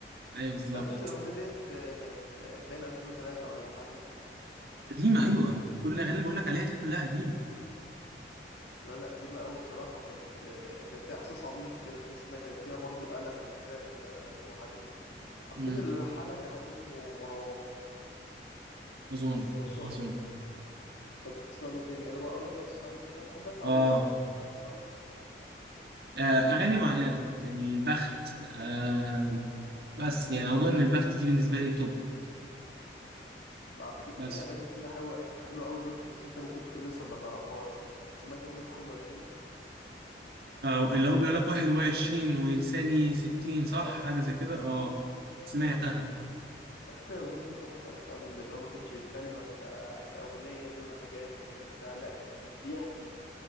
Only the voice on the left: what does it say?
تعرف ان الاغنية ديت <laughs> آه، كانت آه، بين 2003 ولا حاجة
لا لا قديمة قوي بصراحة وكانت آه، كان فيها احساس عميق كده تحس انها كانت فيها برضو ألم وفراق كده وحنين اعتقد
اللي لحنها كان واحد اسمه مروان
بس هو شاطر
يعني طب بتسمع مين تاني انا بقى اقول لك بقى بتسمع مين انا بحب اسمع
ويجز مثلا بتسمع ويجز
بعتقد في
اغاني كتير حلوه حلوه قوي الويجز بس انت ممكن تكون لسه ما تعرفهاش مثلا سمعت اغنيه 21
اه
اه
على فكره الاغنيه دي تحفه فاهم لان هو ما كانش بيتكلم ك... كاغنيه بيقول انا جامد وبتاع لا كان بي... بيحكي